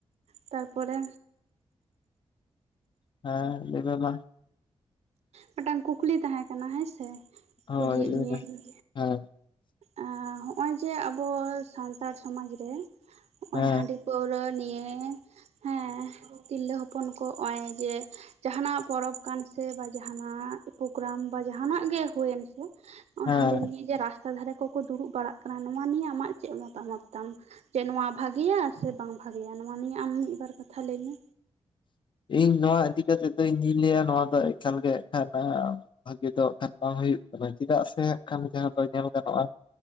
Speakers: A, on the right; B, on the left.
A: ᱛᱟᱨ ᱯᱚᱨᱮ
B: ᱦᱮᱸ ᱞᱟᱹᱭ ᱢᱮ ᱢᱟ?
A: ᱢᱮᱫᱴᱟᱝ ᱠᱩᱠᱞᱤ ᱛᱟᱦᱮᱸ ᱠᱟᱱᱟ ᱦᱮᱸᱥᱮ
B: ᱦᱳᱭ
A: ᱠᱩᱞᱤᱭᱮᱫ
B: ᱞᱟᱹᱭ
A: ᱢᱤᱭᱟᱹᱧ,
B: ᱢᱮ ᱦᱮᱸ
A: ᱮᱸ ᱦᱚᱸᱜᱼᱚᱭ ᱡᱮ ᱟᱵᱚ ᱥᱟᱱᱛᱟᱲ ᱥᱚᱢᱟᱡᱽ ᱨᱮ ᱦᱚᱸᱜᱼᱚᱭ
B: ᱦᱮᱸ
A: ᱦᱟᱺᱰᱤ, ᱯᱟᱹᱣᱨᱟᱹ ᱱᱤᱭᱟᱹ ᱦᱮᱸ ᱛᱤᱨᱞᱟᱹ ᱦᱚᱯᱚᱱ ᱠᱚ ᱚᱸᱭ ᱡᱮ ᱡᱟᱦᱟᱸᱱᱟᱜ ᱯᱚᱨᱚᱵᱽ ᱠᱟᱱ ᱥᱮ ᱵᱷᱟᱹᱜᱤ- ᱡᱟᱦᱟᱸᱱᱟᱻᱜ ᱯᱳᱜᱟᱨᱟᱢ ᱵᱟ ᱡᱟᱦᱟᱸᱱᱟᱜ ᱜᱮ ᱦᱩᱭᱮᱱ ᱥᱮ ᱱᱚᱜᱼᱚᱭ
B: ᱦᱮᱸ
A: ᱦᱟᱺᱰᱤ ᱱᱤᱭᱮ ᱡᱮ ᱨᱟᱥᱛᱟ ᱫᱷᱟᱨᱮ ᱠᱚᱠᱚ ᱫᱩᱲᱩᱵ ᱵᱟᱲᱟᱜ ᱠᱟᱱᱟ ᱱᱚᱣᱟ ᱱᱤᱭᱮ ᱟᱢᱟᱜ ᱪᱮᱫ ᱢᱚᱛᱟᱢᱚᱛ ᱛᱟᱢ, ᱡᱮ ᱱᱚᱣᱟ ᱵᱷᱟᱜᱤᱭᱟ ᱥᱮ ᱵᱟᱝ ᱵᱷᱟᱜᱮᱭᱟ ᱱᱚᱣᱟ ᱱᱤᱭᱮ ᱟᱢ ᱢᱤᱫ ᱵᱟᱨ ᱠᱟᱛᱷᱟ ᱞᱟᱹᱭ ᱢᱮ?
B: ᱤᱧ ᱱᱚᱣᱟ ᱤᱫᱤ ᱠᱟᱛᱮ ᱫᱚᱧ ᱤᱧᱤᱧ ᱞᱟᱹᱭᱟ ᱱᱚᱣᱟ ᱫᱚ ᱮᱠᱟᱞ ᱜᱮ ᱠᱷᱟᱨᱟᱯ ᱵᱷᱟᱜᱮ ᱫᱚ ᱮᱠᱷᱟᱱ ᱵᱟᱝ ᱦᱩᱭᱩᱜ ᱠᱟᱱᱟ, ᱪᱮᱫᱟᱜ ᱥᱮ ᱮᱠᱷᱟᱱ ᱡᱟᱦᱟᱸ ᱫᱚ ᱧᱮᱞ ᱜᱟᱱᱚᱜᱼᱟ